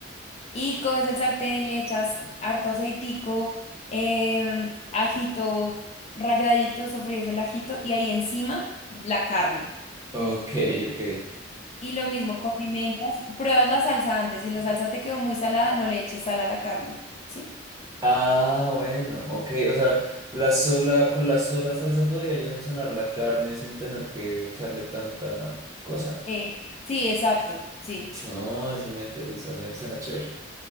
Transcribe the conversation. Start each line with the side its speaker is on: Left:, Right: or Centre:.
Left: Y coges el sartén y le echas harto aceitico, em, ajito ralladito, sofríes el ajito y ahí encima la carne.
Right: Ok, ok.
Left: Y lo mismo, condimentas, pruebas la salsa antes. Si la salsa te quedó muy salada, no le eches sal a la carne, ¿sí?
Right: Ah, bueno, ok. O sea, la sola, con la sola salsa podría yo sazonar la carne sin tener que echarle tanta cosa.
Left: Eh, sí, exacto, sí.
Right: No, eso me interesa, me suena chévere.